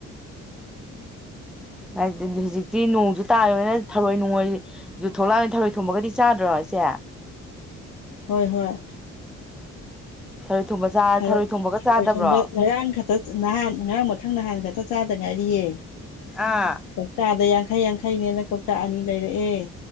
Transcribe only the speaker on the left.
ꯍꯣꯏ ꯍꯣꯏ
ꯊꯔꯣꯏ
ꯊꯔꯣꯏ
ꯊꯣꯕ ꯉꯔꯥꯡ ꯈꯛꯇ ꯅꯍꯥꯟ ꯉꯔꯥꯡ ꯃꯊꯪ ꯅꯍꯥꯟ ꯈꯛꯇ ꯆꯥꯗ ꯉꯥꯏꯔꯤꯌꯦ
ꯀꯧꯇꯥꯗ ꯌꯥꯡꯈꯩ ꯌꯥꯡꯈꯩꯅꯦꯅ ꯀꯧꯇꯥ ꯑꯅꯤ ꯂꯩꯔꯛꯑꯦ